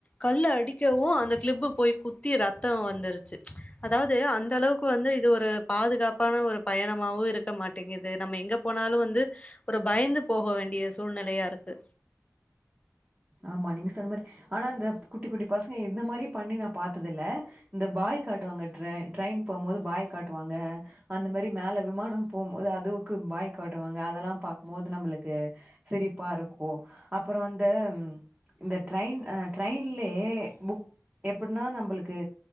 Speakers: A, on the left; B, on the right.
A: கல்லு அடிக்கவு அந்த கிளிப் போய் குத்தி ரத்தம் வந்து ருச்சு அதாவது அந்த அளவுக்கு வந்து இது ஒரு பாதுகாப்பான ஒரு பயணமாவு இருக்க மாட்டேங்கிது நம்ம எங்க போனாலு வந்து ஒரு பயந்து போக வேண்டிய சூழ்நிலையா இருக்கு
B: ஆமா நீங்க சொன்ன மாரி ஆனா இந்த குட்டி குட்டி பசங் எந்த மாரி பண்ணி நா பார்த்தது இல்ல இந்த பாய் காட்டுவாங்க ட்ரெ ட்ரெயின் போம் போது பாய் காட்டு வாங்க அந்த மாதிரி மேல விமானம் போம் போது அதுவுக்கு பாய் காட்டுவாங்க அதெல்லா பாக்கும்போது நம்ள்க்கு சிரிப்பாருக்கு அப்றோ அந்த இந்த ட்ரெயின் ட்ரெயின்லயே புக் எப்புனா நம்ள்க்கு